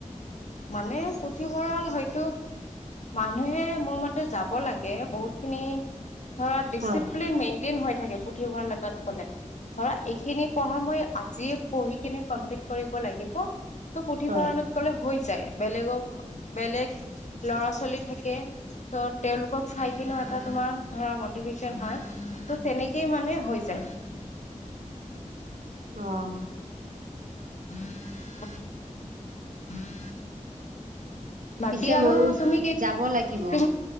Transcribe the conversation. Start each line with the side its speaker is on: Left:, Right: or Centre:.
Left: মানে পুথিভঁৰাল হয়তো মানুহে মোৰ মতে যাব লগে বহুত খিনি ধৰা দিচিপ্লিন
Right: হয়
Left: থাকে পুথিভঁৰা লটাত ফলে, ধৰা এইখিনি পঢ়া মই আজিয়ে পঢ়ি কিনে কমপ্লিট কৰিব লাগিব ত' পুথিভঁৰালত
Right: হয়
Left: গ'লে হৈ যাই, বেলেগক বেলেগ ল'ৰা ছোৱালী থাকে ত' তেওঁলোকক চাই কিনে এটা তোমাৰ ধৰা মটিভচন হয় ত' তেনেকেই মানে হৈ যায়।
Right: আহ।
Left: উম, উম। বাকী
Right: পিছে
Left: আৰু
Right: ময়ো
Left: তুমি কি
Right: যাব
Left: কি
Right: লাগিব